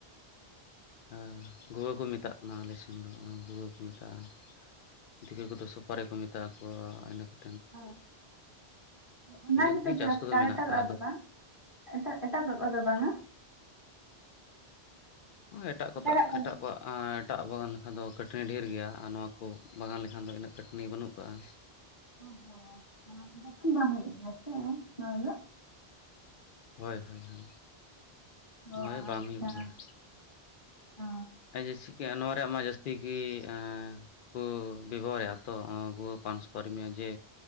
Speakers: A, on the left; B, on the left.
A: ᱦᱮᱸ ᱜᱳᱣᱟᱹ ᱠᱚ ᱢᱮᱛᱟᱜ ᱠᱟᱱᱟ ᱟᱞᱮ ᱥᱮᱱ ᱫᱚ ᱜᱳᱣᱟᱹ ᱠᱚ ᱢᱮᱛᱟᱜᱼᱟ᱾ ᱫᱤᱠᱩ ᱠᱚ ᱫᱚ ᱥᱚᱯᱟᱨᱤᱠᱚ ᱢᱮᱛᱟᱜ ᱟᱠᱚ ᱮᱰᱮᱠᱷᱟ
B: ᱚ ᱚᱱᱟ
A: ᱤᱱᱟᱹ
B: ᱜᱮ
A: ᱠᱚᱜᱮ
B: ᱛᱚ ᱪᱟᱥ
A: ᱠᱚᱫᱚ
B: ᱠᱟᱨᱮᱛᱟ
A: ᱢᱮᱱᱟᱜ ᱟᱠᱟᱫ
B: ᱟᱫᱚ ᱵᱟᱝ? ᱮᱴᱟᱜ ᱮᱴᱟᱜ ᱠᱟᱜ ᱠᱚ ᱫᱚ ᱵᱟᱝᱟ?
A: ᱮᱴᱟᱜ ᱠᱚᱛᱟᱜ
B: ᱮᱴᱟᱜᱟᱜ ᱠᱚ
A: ᱮᱴᱟᱜ ᱠᱚᱣᱟᱜ᱾ ᱮᱴᱟᱜ ᱵᱟᱜᱟᱱ ᱞᱮᱠᱷᱟᱱ ᱫᱚ ᱠᱟᱹᱴᱟᱹᱱᱤ ᱰᱷᱮᱨ ᱜᱮᱭᱟ, ᱟᱨ ᱱᱚᱣᱟ ᱠᱚ ᱵᱟᱜᱟᱱ ᱞᱮᱠᱷᱟᱱ ᱫᱚ ᱤᱱᱟᱹᱜ ᱠᱷᱟᱹᱴᱟᱱᱤ ᱵᱟᱹᱱᱩᱜ ᱠᱟᱜ-ᱟ᱾
B: ᱚ ᱦᱚᱸ <unintelligible> ᱵᱟᱠᱤ ᱵᱟᱝ ᱱᱚᱣᱟ ᱫᱚ᱾
A: ᱦᱳᱭ ᱦᱳᱭ ᱦᱳᱭ
B: ᱚ
A: ᱦᱳᱭ ᱵᱟᱝ
B: ᱟᱪᱪᱷᱟ
A: ᱦᱩᱭᱩᱜ ᱜᱮᱭᱟ᱾
B: ᱚ
A: ᱟᱪᱷᱟ ᱪᱤᱠᱟᱹᱜ-ᱟ ᱱᱚᱣᱟ ᱨᱮᱭᱟᱜ ᱢᱟ ᱡᱟᱹᱥᱛᱤ ᱜᱤ ᱮ ᱠᱚ ᱵᱮᱵᱚᱦᱟᱨ ᱮᱜ-ᱟ ᱛᱚ ᱜᱩᱣᱟ. ᱯᱟᱱᱥ ᱯᱟᱨᱢᱤᱭᱟ ᱡᱮ